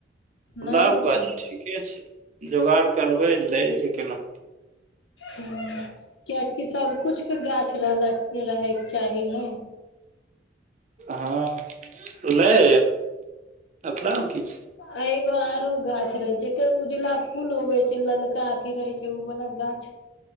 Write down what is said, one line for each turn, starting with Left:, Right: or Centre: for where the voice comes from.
Right: गुलाब
Left: नहि ने
Right: गाछ
Left: छै
Right: ठीके छै जोगाड़ करबै लै अबै केना
Left: ह कियाकि कि सबकिछुके गाछ रहल रहयके चाही न
Right: हँ लै अपनामे की
Left: आ एगो आरो गाछ रहे जेकर उजला फूल होवे छै ललका अथी रहे छै बाला गाछ